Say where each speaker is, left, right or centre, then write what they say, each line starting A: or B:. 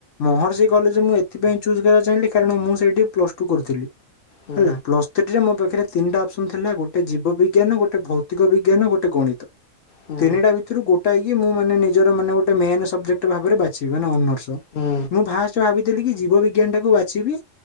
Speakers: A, on the left; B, on the left.
A: ମହର୍ଷି କଲେଜ୍ ମୁଁ ଏଥିପାଇଁ ଚୁଜ୍ କରିବାକୁ ଚାହିଁଲି କାରଣ ମୁଁ ସେଇଠି ପ୍ଲସ ଟୁ କରିଥିଲି।
B: ହୁଁ
A: ହେଲା ପ୍ଲସ୍ ଥ୍ରୀରେ ମୋ ପାଖରେ ତିନଟା ଅପସନ ଥିଲା ଗୋଟେ ଜୀବ ବିିଜ୍ଞାନ ଗୋଟେ ଭୌତିକ ବିଜ୍ଞାନ ଗୋଟେ ଗଣିତ
B: ହୁଁ
A: ତିନିଟା ଭିତରୁ ଗୋଟିଏ କି ମୁଁ ମାନେ ନିଜର ମାନେ ଗୋଟେ ମେନ୍ ସବଜେକ୍ଟ ଭାବରେ ବାଛିବି ମନେ ହନର୍ସ। <unintelligible>
B: ହୁଁ
A: ମୁଁ ଫାର୍ଷ୍ଟ ଭାବିଥିଲି କି ଜୀବ ବିଜ୍ଞାନ ଟା କୁ ବାଛିବି